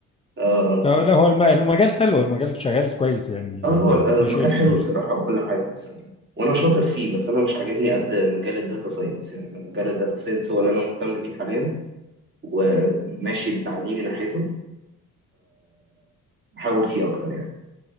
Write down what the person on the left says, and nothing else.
فلا
هو الم- المجال حلو المجال شغال كويس يعني
في شغل كتير